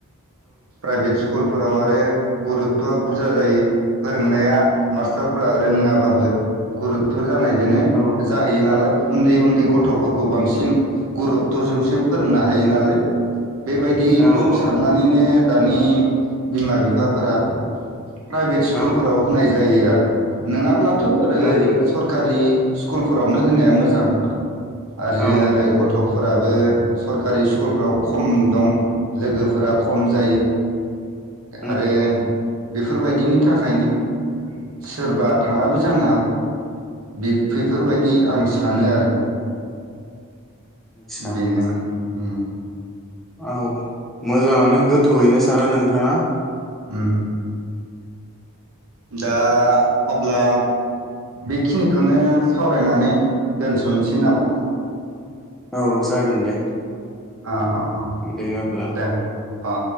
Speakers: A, on the right; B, in the centre.
A: प्राइभेट स्कू कुलफोराव आरो गुरुतथआ बुरजा जायो फोरोंनाया मास्टारफोरा रोङाबाबो गुरुतथ' जानायजोंनो
B: औ
A: जाहैयो नालाय उन्दै उन्दै गथ'फोरखौ बांसिन गुरुत्थ'जोंसो फोरोंनो हायो नालाय बेबायदिखौ
B: औ औ
A: साननानैनो दानि बिमा-बिफाफोरा प्राइभेट स्कुलफोराव
B: औ
A: होनाय जायो आरो नङाब्ला थ' ओरै
B: प्राइभेट
A: सरकारि स्कुल फोरावनो होनाया मोजां आरो
B: औ
A: जों ओरै गथ'फोराबो सरकारि स्कुलफ्राव खम दं लोगोफोरा खम जायो।
B: उम
A: आरो बेफोरबायदिनि थाखायनो सोरबा थाङाबो जानो हागौ बेफोरबायदि
B: औ
A: आं सा सानो आरो
B: आदसा
A: बेनोमोन अम
B: औ मोजाङानो गोथौयैनो सानो नोंथाङा
A: उम दा अब्ला बेखिनिखौनो सावरायनानै दोनथ'नोसै नामा?
B: औ जागोन दे
A: अ अ अ
B: दे अब्ला
A: दे आ